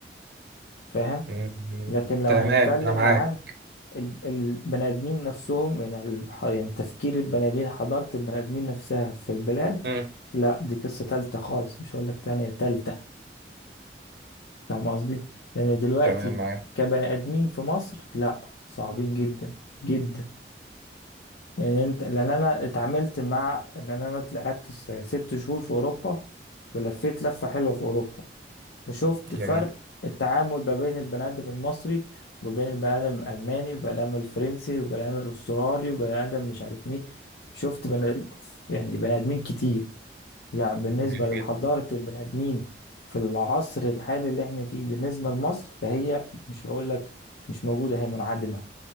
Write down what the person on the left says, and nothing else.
فاهم
لكن لو
هنتكلم
عن ال- البني آدمين نفسهم يعني ال- يعني تفكير البني آدمين حضارة البني آدمين نفسها في البلاد
لا دي قصة تالتة خالص مش هقول لك تانية تالتة فاهم قصدي؟ لأن دلوقتي
كبني آدمين في مصر لا صعبين جدا جدا لأن أنت لأن أنا اتعاملت مع لأن أنا طلعت س- ست شهور في أوروبا ولفيت لفة حلوة في أوروبا وشفت فرق
التعامل ما بين البني آدم المصري وما بين البني آدم الألماني والبني آدم الفرنسي والبني آدم الأسترالي والبني آدم مش عارف مين شفت بني يعني بني آدمين كتير لا بالنسبة
لحضارة
البني آدمين في العصر الحالي اللي احنا فيه بالنسبة لمصر فهي مش هقول لك مش موجودة هي منعدمة